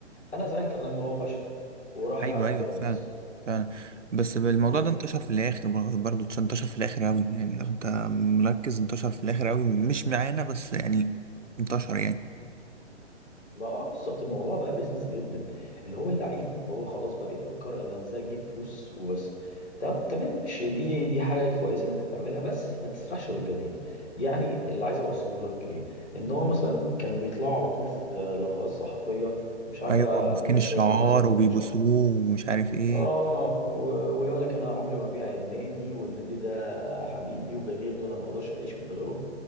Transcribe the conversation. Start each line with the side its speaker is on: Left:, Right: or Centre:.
Left: انا زعلت لما هو مشى وراح
Right: ايوه ايوه
Left: بيراميدز
Right: فعلا فعلا بس الموضوع
Left: بز-
Right: ده انتشر في الاخر بر- برضه اتش- انتشر في الاخر قوي يعني لو انت مركز انتشر في الاخر قوي مش معانا بس يعني انتشر يعني
Left: ما اه بالظبط الموضوع بقى بيزنس جدا اللي هو اللعيب هو خلاص بقى يفكر انا ازاي اجيب فلوس وبس تم تمام ماشي دي دي حاجه كويسه ان انت تعملها بس ما تسرحش بالجماهير يعني اللي عايز اوصله لك ايه ان هو مثلا كان بيطلعوا على طول في لقاءات صحفيه مش عارف
Right: ايوه
Left: بقى
Right: ماسكين
Left: منى الشاذلي
Right: الشعار
Left: مثلا مش
Right: وبيبوسوه
Left: عارف
Right: ومش عارف ايه
Left: اه و- ويقول لك انا عمري ما بيع النادي والنادي ده حبيبي وجماهير دول انا ما اقدرش اعيش من غيرهم